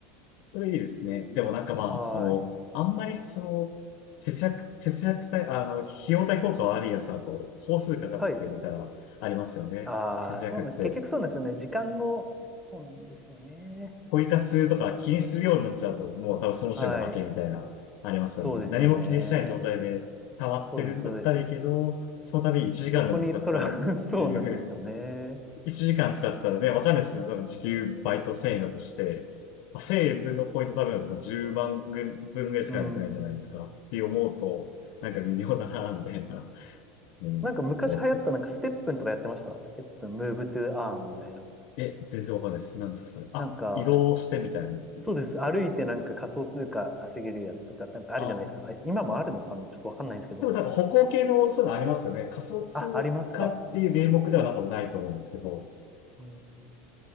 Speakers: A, on the left; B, in the centre.
A: それいいですね。でもなんかまあ、
B: はい。
A: その、あんまりその、節約、節約対、あの、費用対効果悪いやつだと、工数かかってみたら、
B: はい。
A: ありますよね。
B: ああ、
A: 節約って。
B: そうなんです。結局そうなんですよね。時間の、そうなんですよね。
A: ポイ活とか気にするようになっちゃうと、もう多分その時点で負けみたいな、
B: はい。
A: ありますよね。
B: そうですよね。
A: 何も気にしない状態で溜まってるんだったらいいけど、
B: そうです、そうです。
A: その度に1時間でも使ったらっていう、
B: そこにトラ、<laughs> そうなんですよね。
A: <laughs> 1時間使ったらね、わかんないですけど、多分時給バイト1000円だとして、まあ、1000円分のポイント多分10万分ぐらいしかやってないじゃないですか。
B: うん。
A: って思うと、なんか微妙だな、みたいな、<laughs> ね、
B: なんか昔流行ったなんかステップンとかやってました。
A: 思って。
B: ステップン、ムーブトゥアーンみたいな。
A: え、全然わかんないです。何ですか、それ。あ、
B: なんか、
A: 移動してみたいなやつですか。
B: そうです。歩いてなんか仮想通貨稼げるやつとか、なんかあるじゃないですか。
A: ああ。
B: はい今もあるのかなちょっとわかんないんですけど。
A: でもなんか歩行系のそういうのありますよね。仮想通貨っていう名目ではなんかもないと思うんですけど。
B: あ、ありますかうん。